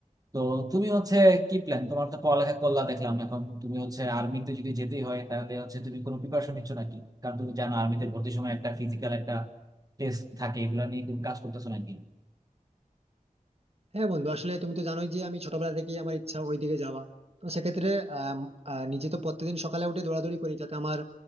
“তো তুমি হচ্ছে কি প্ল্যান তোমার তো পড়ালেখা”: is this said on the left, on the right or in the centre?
Right